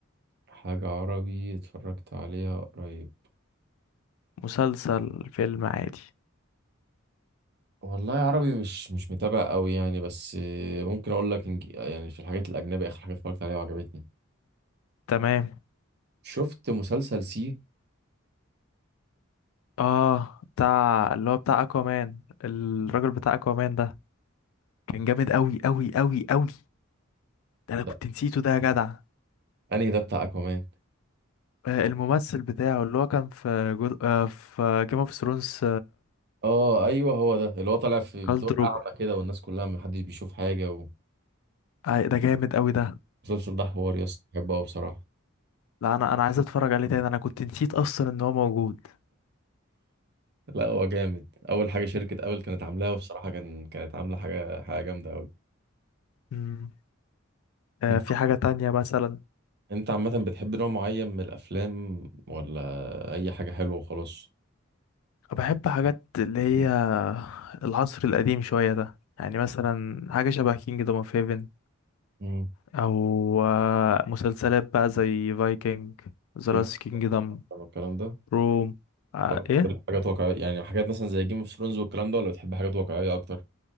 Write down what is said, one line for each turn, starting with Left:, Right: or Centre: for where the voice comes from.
Right: حاجة عربي اتفرجت عليها قريب
Left: مسلسل فيلم عادي
Right: والله عربي مش مش متابع قوي يعني بس آه، ممكن اقول لك إنج... يعني في الحاجات الاجنبي اخر حاجة اتفرجت عليها وعجبتني
Left: تمام
Right: شفت مسلسل سي
Left: اه بتاع اللي هو بتاع اكوامان الراجل بتاع اكوامان ده كان جامد قوي قوي قوي قوي ده انا كنت
Right: ده
Left: نسيته ده يا جدع
Right: انهي ده بتاع اكوامان
Left: آه، الممثل بتاعه اللي هو كان في جود... آه، في جيم اوف ثرونز
Right: اه ايوه هو ده اللي هو طالع في
Left: كال
Right: بدور
Left: دروجو
Right: اعمى كده والناس كلها محدش بيشوف حاجة
Left: آه، ده جامد قوي ده
Right: والمسلسل ده حوار يا اسطى بحبه أوي بصراحة
Left: لا انا انا عايز اتفرج عليه تاني انا كنت نسيت اصلا ان هو موجود
Right: لا هو جامد اول حاجه شركه ابل كانت عاملاها وبصراحه كان كانت عامله حاجه حاجه جامده قوي
Left: مم. آه،
Right: انت
Left: في حاجة تانية مثلا
Right: انت عامه بتحب نوع معين من الافلام ولا اي حاجه حلوه وخلاص
Left: بحب حاجات اللي هي العصر القديم شوية ده يعني مثلا حاجة شبه كينج دوم اوف هيفن
Right: مم.
Left: او آه، مسلسلات بقى زي فايكنج ذا
Right: جيم
Left: لاست كينجدم
Right: اوف الكلام ده
Left: روم آه،
Right: ولا
Left: ايه
Right: بتحب حاجات واقعيه يعني حاجات مثلا زي جيم اوف ثرونز والكلام ده ولا بتحب حاجات واقعيه اكتر